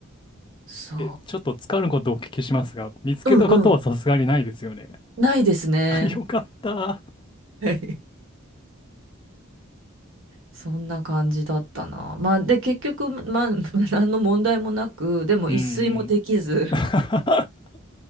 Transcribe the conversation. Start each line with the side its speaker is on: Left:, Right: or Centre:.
Right: そ
Left: え、ちょっとつかぬことをお聞きしますが、見つけたことはさすがにないですよね。
Right: う。うんうん。ないですね。
Left: <laughs> よかった。
Right: <laughs> そんな感じだったな。まあ、で、結局、まあ、<laughs> 何の問題もなく、でも一睡もできず
Left: うんうん。<laughs>